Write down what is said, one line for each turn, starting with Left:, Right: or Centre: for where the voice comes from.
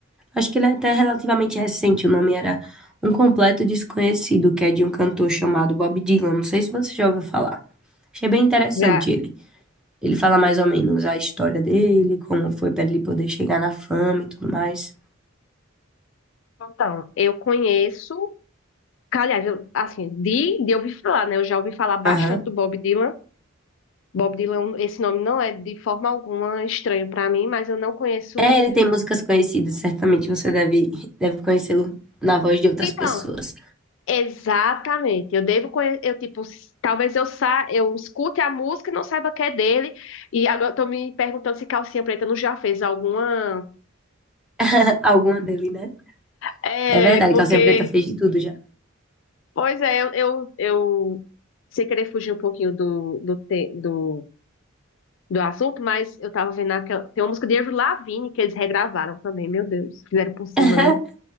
Centre: acho que ele é até relativamente recente, o nome era Um Completo Desconhecido, que é de um cantor chamado Bob Dylan, não sei se você já ouviu falar. Achei bem interessante
Left: Já
Centre: ele. Ele fala mais ou menos a história dele, como foi para ele poder chegar na fama e tudo mais.
Left: Então, eu conheço, aliás, eu, assim, de, de ouvir falar, né? Eu já ouvi falar bastante
Centre: Aham.
Left: do Bob Dylan. Bob Dylan, esse nome não é de forma alguma estranho para mim, mas eu não conheço.
Centre: É, ele tem músicas conhecidas, certamente você deve, deve conhecê-lo na voz de outras
Left: Então,
Centre: pessoas.
Left: exatamente. Eu devo conhecer, eu tipo, s- talvez eu sa eu escute a música e não saiba que é dele. E agora eu tô me perguntando se Calcinha Preta não já fez alguma.
Centre: <laughs> Alguma dele, né?
Left: É,
Centre: É verdade,
Left: porque,
Centre: Calcinha Preta fez de tudo já.
Left: pois é, eu, eu, eu sem querer fugir um pouquinho do, do, te- do do assunto, mas eu tava vendo aquela. Tem uma música de Avril Lavigne que eles regravaram também, meu Deus. Fizeram por cima,
Centre: <laughs>
Left: né?